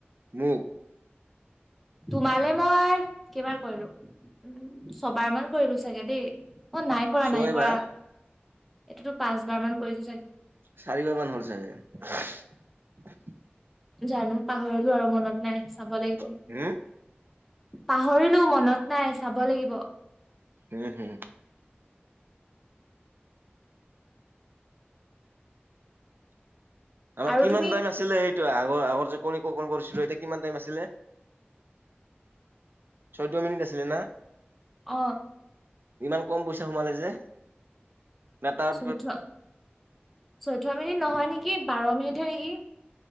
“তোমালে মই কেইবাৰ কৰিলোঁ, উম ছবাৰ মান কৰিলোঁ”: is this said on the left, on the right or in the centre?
Centre